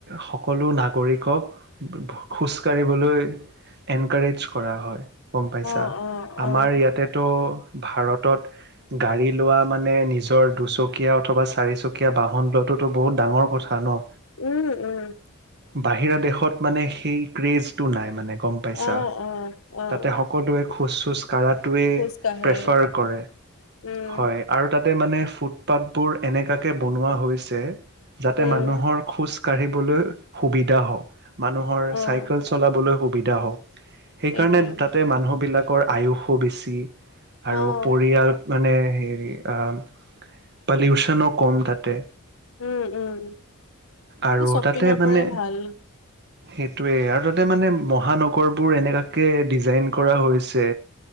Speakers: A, on the right; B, on the left.
A: সকলো নাগৰিকক খোজকাাঢ়িবলৈ এনকাৰেজ কৰা হয়। গম পাইছা
B: অ', অ',
A: আমাৰ
B: অ',
A: ইয়াতেতো ভাৰতত গাড়ী লোৱা মানে নিজৰ দুচকীয়া অথবা চাৰিচকীয়া বাহন লোৱাটোতো বহুত ডাঙৰ কথা ন
B: উম উম
A: বাহিৰা দেশত মানে সেই ক্ৰেজটো নাই মানে গম পাইচা
B: অ', অ', অ',
A: তাতে সকলোৱে খোজ চোজ কাৰাটোৱে
B: খোজকাঢ়ে
A: প্ৰেফাৰ কৰে
B: উম,
A: হয় আৰু তাত তাতে মানে ফুটপাথবোৰ এনেকুৱাকে বনোৱা হৈছে যাতে
B: উম,
A: মানুহৰ খোজ খোজ কাঢ়িবলৈ সুবিধা হওক মানুহৰ
B: অ',
A: চাইকেল চলাবলৈ সুবিধা হও সেইকাৰণে
B: সেইটোৱে
A: তাতে মানুহবিলাক কৰ আয়ুসো বেছি। আৰু
B: অ',
A: পৰিয়াল মানে হে- হেৰি আহ, পলিউচনো কম তাতে।
B: উম উম।
A: আৰু
B: চপপিনৰ
A: তাতে মানে
B: পৰাই ভাল।
A: সেইটোৱে আৰু তাতে মানে মহানগৰবোৰ এনেকুৱাকে ডিজাইন কৰা হৈছে।